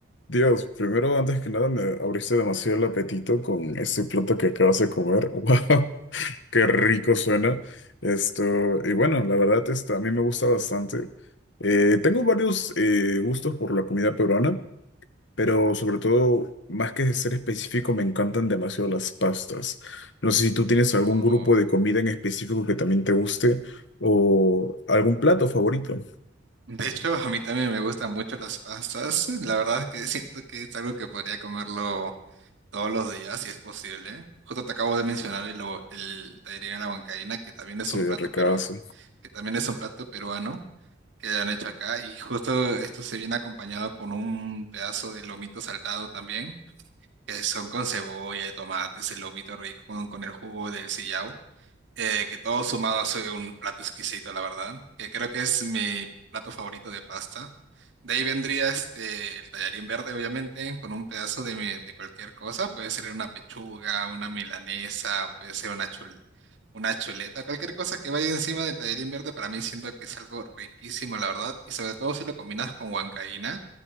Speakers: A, on the left; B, on the right.
A: Dios, primero, antes que nada, me abriste demasiado el apetito con ese plato que acabas de comer. <laughs> ¡Wow! ¡Qué rico suena! Esto, y bueno, la verdad, esto, a mí me gusta bastante. Eh, tengo varios eh, gustos por la comida peruana, pero sobre todo, más que ser específico, me encantan demasiado las pastas. No sé si tú tienes algún
B: Oh,
A: grupo de comida en específico que también te guste o algún plato favorito.
B: de hecho, a mí también me gustan mucho las pastas. La verdad es que siento que es algo que podría comerlo todos los días, si es posible. Justo te acabo de mencionar el, o- el tallarín a la huancaína, que también es
A: Sí,
B: un plato
A: ricazo.
B: perua- que también es un plato peruano. que han hecho acá y justo esto se viene acompañado con un pedazo de lomito saltado también, que son con cebolla y tomate, ese lomito rico con, con el jugo del sillao eh, que todo sumado hace un plato exquisito, la verdad, que creo que es mi plato favorito de pasta. De ahí vendría este, el tallarín verde, obviamente, con un pedazo de, mi- de cualquier cosa. Puede ser una pechuga, una milanesa, puede ser una, chul- una chuleta, cualquier cosa que vaya encima del tallarín verde, para mí siento que es algo riquísimo, la verdad. Y sobre todo si lo combinas con huancaína,